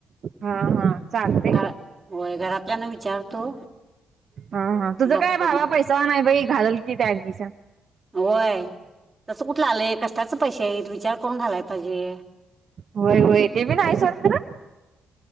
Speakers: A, on the right; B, on the right.
A: हा हा चालतय.
B: घरा होय घरातल्याना विचारतो.
A: हा हा तुझं
B: बघतो
A: काय बाबा
B: मग
A: पैसावान हाय बाई घालल की इथ ऍडमिशन.
B: होय तसं कुठलं आलंय कष्टाच पैसे आहेत विचार करून घालाय पाहिजे.
A: होय होय ते बीन हाय सोड खरं.